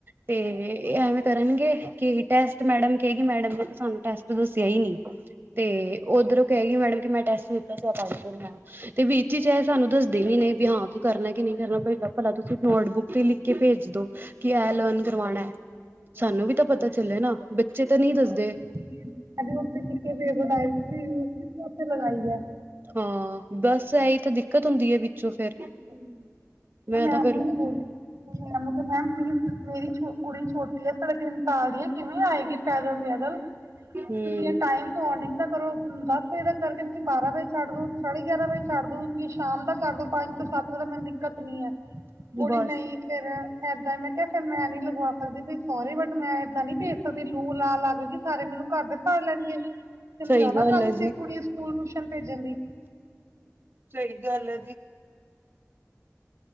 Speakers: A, on the right; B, on the right.
A: ਤੇ ਏ ਐਵੇਂ ਕਰਨਗੇ? ਕਿ ਟੈਸਟ ਮੈਡਮ ਕੈਗੀ ਮੈਡਮ ਨੇ ਸਾਨੂੰ ਟੈਸਟ ਦੱਸਿਆ ਹੀ ਨੀ ਤੇ ਉੱਧਰੋਂ ਕਹਿਗੀਈ ਮੈਡਮ ਕਿ ਮੈਂ ਟੈਸਟ ਦਿੱਤਾ ਸੀ ਇਹ ਪੜ ਕੇ ਨੀਂ ਆਇਆ। ਤੇ ਬੀ ਚੀ ਇਹ ਸਾਨੂੰ ਦੱਸਦੇ ਹੀ ਨ ਨੇ ਵੀ ਹਾਂ ਕੀ ਕਰਨਾ ਕਿ ਨਹੀਂ ਕਰਨਾ ਪਹਿ ਭਲਾ ਤੁਸੀਂ ਨੋਟਬੁੱਕ ਤੇ ਲਿਖ ਕੇ ਭੇਜ ਦੋ ਕਿ ਐ ਲਰਨ ਕਰਵਾਣਾ। ਸਾਨੂੰ ਵੀ ਤਾਂ ਪਤਾ ਚੱਲੇ ਨਾ, ਬੱਚੇ ਤਾਂ ਨਹੀਂ ਦੱਸਦੇ।
B: <unintelligible>
A: ਹਾਂ, ਬਸ ਐਈ ਤਾਂ ਦਿੱਕਤ ਹੁੰਦੀ ਹੈ ਵਿੱਚੋਂ ਫੇਰ।
B: ਹੂੰ ਮੈਂ ਮੈਮ
A: ਤਾਂ ਫੇਰ
B: ਨੂੰ ਵੀ ਬੋਲਿਆ। ਮ ਮੈਮ ਪਲੀਜ਼ ਮੇਰੀ ਕੁੜੀ ਛੋਟੀ ਆ ਸਾਡੇ ਤਿੰਨ ਸਾਲ ਦੀ ਆ ਕਿਵੇਂ ਆਏਗੀ ਪੈਦਲ-ਵੈਦਲ
A: ਹਮ
B: ਤੁਸੀਂ ਇਹ ਟਾਈਮ ਮੋਰਨਿੰਗ ਦਾ ਕਰੋ ਦਸ ਵਜੇ ਤੱਕ ਕਰਕੇ, ਤੁਸੀਂ ਬਾਰਾਂ ਵਜੇ ਛੱਡ ਦੋ, ਸਾਢੇ ਗਿਆਰਾਂ ਵਜੇ ਛੱਡ ਦੋ, ਤੁ ਸ਼ਾਮ ਦਾ ਕਰ ਦੋ ਪੰਜ ਸੱਤ ਵਜੇ ਤਾਂ ਮੈਨੂੰ ਦਿੱਕਤ ਨੀ ਹੈ ਬੋਲੀ
A: ਬਸ
B: ਨਹੀਂ ਫੇਰ ਏਦਾਂ ਹੀ ਮੈਂ ਕਿਹਾ ਫਿਰ ਮੈਂ ਨੀ ਲਗਵਾ ਸਕਦੀ ਵੀ ਸੋਰੀ ਬਟ ਮੈਂ ਏਦਾਂ ਨੀ ਭੇਜ ਸਕਦੀ ਲੂ-ਲਾ ਲੱਗਗੀ ਸਾਰੇ ਮੈਨੂੰ ਘਰ ਦੇ ਫੜ ਲੈਣਗੇ ਤੈਨੂੰ
A: ਸਹੀ
B: ਜ਼ਿਆਦਾ
A: ਗੱਲ
B: ਕਾਹਲੀ
A: ਹੈ
B: ਸੀ ਕੁੜੀ ਸਕੂਲ ਟਿਊਸ਼ਨ ਭੇਜਣ ਦੀ।
A: ਸਹੀ ਗੱਲ ਹੈ ਜੀ।